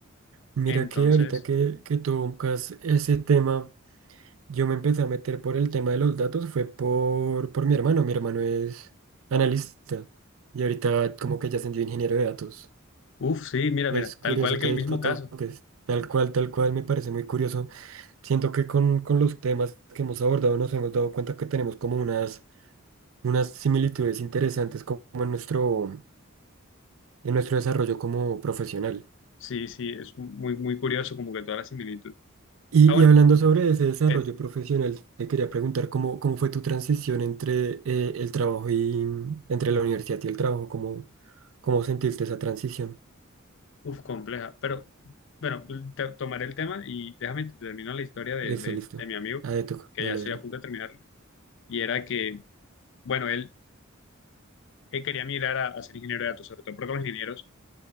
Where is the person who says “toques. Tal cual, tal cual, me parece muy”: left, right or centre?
Right